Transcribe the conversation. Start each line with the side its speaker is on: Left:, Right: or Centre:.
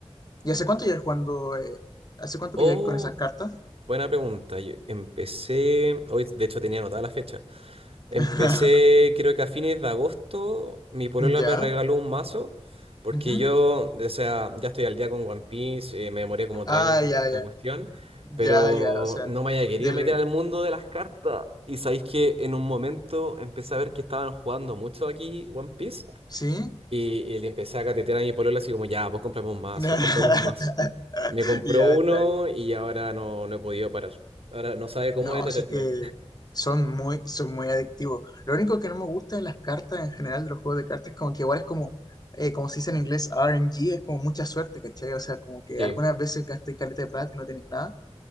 Left: ¿Y hace cuánto ya jugando? eh, ¿hace cuánto
Right: Oh,
Left: que ya con esas cartas?
Right: buena pregunta. Yo empecé. Hoy, de hecho, tenía anotada la fecha. Empecé,
Left: <laughs>
Right: creo que a fines de agosto, mi polola
Left: ¿Ya?
Right: me regaló un mazo, porque
Left: ujú.
Right: yo, o sea, ya estoy al día con One Piece, eh, me demoré como
Left: Ah,
Right: tres años en
Left: ya,
Right: ver la
Left: ya.
Right: cuestión, pero
Left: Ya, ya, o sea,
Right: no me había querido
Left: del...
Right: meter al mundo de las cartas. Y sabéis que en un momento empecé a ver que estaban jugando mucho aquí One Piece,
Left: ¿Sí?
Right: y, y le empecé a catetear a mi polola así como, ya, pues compramos un mazo,
Left: <laughs>
Right: compramos un mazo. Me compró
Left: Ya,
Right: uno
Left: está bien.
Right: y ahora no, no he podido parar. Ahora no sabe cómo
Left: No,
Right: detenerme.
Left: sí que son muy, son muy adictivos. Lo único que no me gusta de las cartas en general, de los juegos de cartas, es como que igual es como, eh, como se dice en inglés, RNG, es como mucha suerte, ¿cachai? O sea, como que
Right: Sí.
Left: algunas veces gasté caleta de plata y no tenés nada.